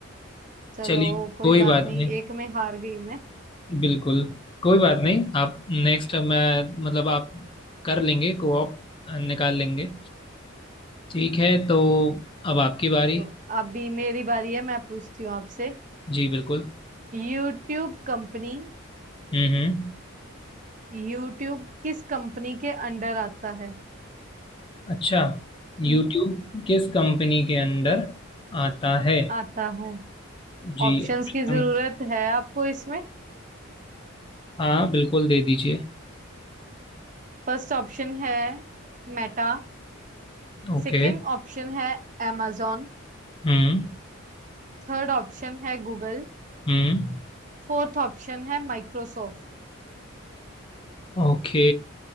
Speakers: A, on the right; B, on the left.
A: चलो
B: चलिए
A: कोई
B: कोई
A: बात
B: बात
A: नहीं
B: नहीं
A: एक में हार गई मैं
B: बिल्कुल कोई बात नहीं आप नेक्स्ट मैं मतलब आप कर लेंगे कोऑप निकाल लेंगे ठीक है तो अब आपकी बारी
A: चलो अभी मेरी बारी है मैं पूछती हूँ आपसे
B: जी बिल्कुल
A: YouTube company
B: हम्म हम्म
A: यूट्यूब किस कंपनी के अंडर आता है
B: अच्छा
A: हम्म,
B: यूट्यूब किस कंपनी के अंदर आता है
A: आता है
B: जी
A: ऑप्शंस
B: ऑप्शन
A: की जरूरत है आपको इसमें
B: हाँ बिल्कुल दे दीजिए
A: फर्स्ट ऑप्शन है मेटा
B: ओके
A: सेकंड ऑप्शन है amazon
B: हम्म
A: थर्ड ऑप्शन है गूगल
B: हम्म
A: फोर्थ ऑप्शन है माइक्रोसॉफ्ट
B: Okay